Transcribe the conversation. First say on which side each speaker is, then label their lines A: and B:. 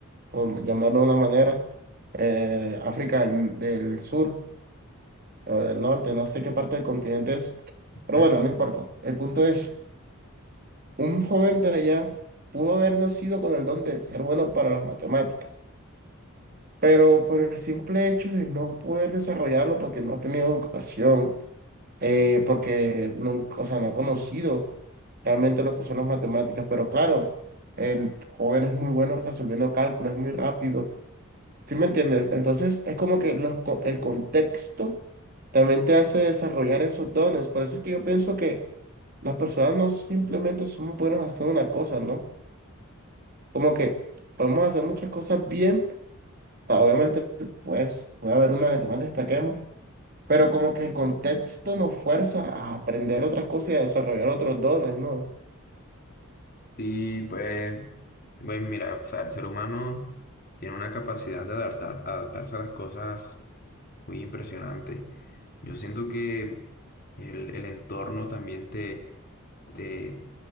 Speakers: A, on the right; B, on the left.
A: por llamarlo de una manera, eh, África del, del sur o del norte, no sé qué parte del continente es, pero
B: Ujú.
A: bueno, no importa. El punto es, un joven de allá pudo haber nacido con el don de ser bueno para las matemáticas, pero por el simple hecho de no poder desarrollarlo porque no ha tenido educación, eh, porque no, o sea, no ha conocido realmente lo que son las matemáticas, pero claro, el joven es muy bueno resolviendo cálculos, es muy rápido ¿Sí me entiendes? Entonces es como que los co- el contexto también te hace desarrollar esos dones. Por eso es que yo pienso que las personas no simplemente somos buenas haciendo una cosa, ¿no? Como que podemos hacer muchas cosas bien. ah, Obviamente, pues puede haber una en la que más destaquemos, pero como que el contexto nos fuerza a aprender otras cosas y a desarrollar otros dones, ¿no?
B: Sí, pues, pues mira, o sea, el ser humano tiene una capacidad de adaptar, adaptarse a las cosas muy impresionante. Yo siento que el, el entorno también te te